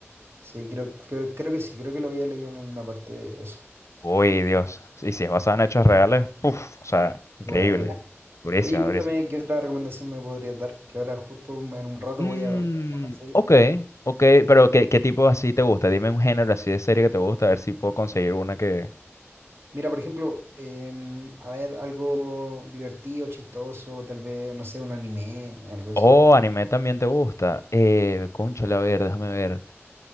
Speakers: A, on the right; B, on the left.
A: Sí, creo, creo, creo que sí, creo que lo había leído en alguna parte eso.
B: Uy, Dios. Y si es basado en hechos reales, puf, o sea, increíble.
A: Dura, dura.
B: Durísima,
A: Oye, cuéntame
B: durísima.
A: qué otra recomendación me podrías dar, que ahora justo en un rato
B: Mm,
A: voy a ver una serie.
B: ok, ok, pero ¿qué, qué tipo así te gusta? Dime un género así de serie que te gusta, a ver si puedo conseguir una que...
A: Mira, por ejemplo, em, a ver, algo divertido, chistoso, tal vez, no sé, un anime, algo así.
B: Oh, anime también te gusta. Eh, cónchale, a ver, déjame ver.